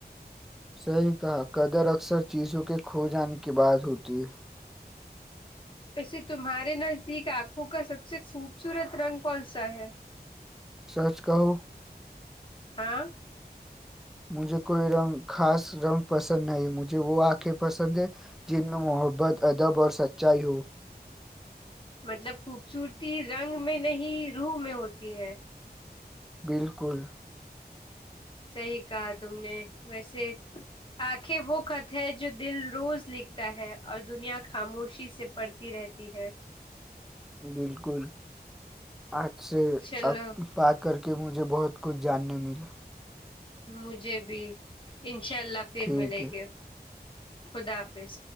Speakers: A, in the centre; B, on the left.
A: صحیح کہا قدر اکثر چیزوں کے کھو جانے کی بعد ہوتی ہے
B: ویسے تمہارے نزدیک آنکھوں کا سب سے خوبصورت رنگ کون سا ہے
A: سچ کہو
B: ہاں
A: مجھے کوئی رنگ خاص رنگ پسند نہیں مجھے وہ آنکھیں پسند ہے جن میں محبت ادب اور سچائی ہو
B: مطلب خوبصورتی رنگ میں نہیں روح میں ہوتی ہے
A: بالکل
B: صحیح کہا تم نے ویسے آخیں وہ خط ہے جو دل روز لکھتا ہے اور دنیا خاموشی سے پڑھ تی رہتی ہے
A: بالکل آج سے
B: چلو
A: اب بات کر کے مجھے بہت کچھ جاننے ملا
B: مجھے بھی انشاء اللہ پھر
A: ٹھیک
B: ملیں
A: ہے
B: گے خدا حافظ